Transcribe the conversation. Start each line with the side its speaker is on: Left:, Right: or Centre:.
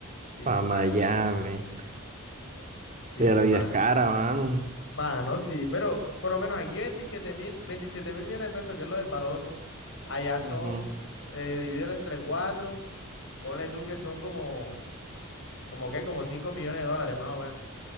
Left: Sí,
Right: para Miami.
Left: mano. Sí,
Right: Pero la vida
Left: mano.
Right: es cara, mano.
Left: Mano, sí, pero por lo menos aquí 27 mil, 27 mil millones de pesos, que es lo del baloto. Allá
Right: Ujú,
Left: son, eh, divídelo entre cuatro, ponle tú que son como, como qué, como cinco millones de dólares más o menos.